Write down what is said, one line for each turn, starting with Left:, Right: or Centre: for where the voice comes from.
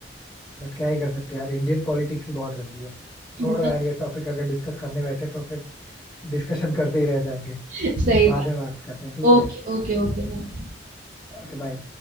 Left: बट क्या ही कर सकते हैं यार इंडियन पॉलिटिक्स ही बहुत गंदी है छोड़ो
Right: बहुत
Left: यार ये टॉपिक अगर डिस्कस करने बैठे तो फिर डिस्कशन करते ही रह जाएंगे
Right: सही
Left: बाद
Right: बात
Left: में बात करते हैं ठीक
Right: Okay
Left: है
Right: okay okay bye bye.
Left: Okay bye